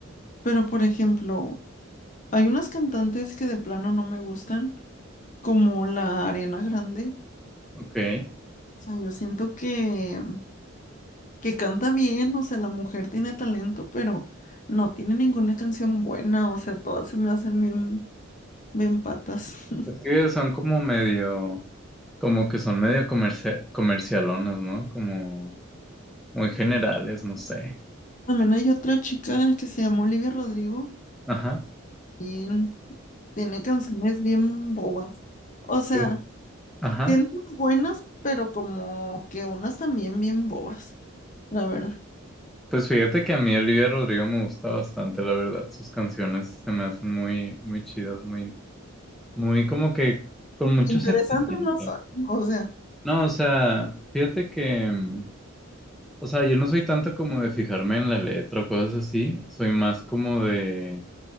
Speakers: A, on the left (about 35°); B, in the centre.
A: Pero, por ejemplo, hay unas cantantes que de plano no me gustan, como la Ariana Grande.
B: Ok. Es
A: sea, yo siento que, que canta bien, o sea, la mujer tiene talento, pero no tiene ninguna canción buena, o sea, todas se me hacen bien, bien patas. <laughs>
B: que son como medio, como que son medio comercia- comercialonas, ¿no? Como muy generales, no sé.
A: También hay otra chica que se llama Olivia Rodrigo,
B: Ajá,
A: bien, tiene canciones bien bobas. O sea,
B: Sí. ajá.
A: tiene unas buenas, pero como que unas también bien bobas, la verdad.
B: Pues fíjate que a mí Olivia Rodrigo me gusta bastante, la verdad. Sus canciones se me hacen muy, muy chidas, muy, muy como que con mucho
A: Interesantes
B: sentimiento.
A: no son, o sea,
B: No, o sea, fíjate que mm, O sea, yo no soy tanto como de fijarme en la letra o cosas así, soy más como de,